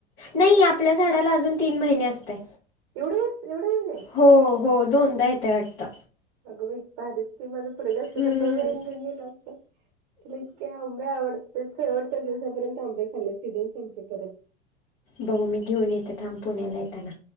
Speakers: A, on the left; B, on the right.
A: नाई आपल्या झाडाला अजून तीन महिने असतय.
B: एवढं व्हत एवढ होईले.
A: हो हो दोनदा येतय वाटत.
B: अग बाई! भारीच की माझ पोरगं असत
A: हम्म,
B: तर लय बाई <unintelligible> गेल असत त्याला इतके आंबे आवड तेे शेवटच्या दिवसापर्यंत आंबे खाल्ले सीझन संपेपर्यंत
A: बघू मी घेऊन येते थांब पुण्याला येताना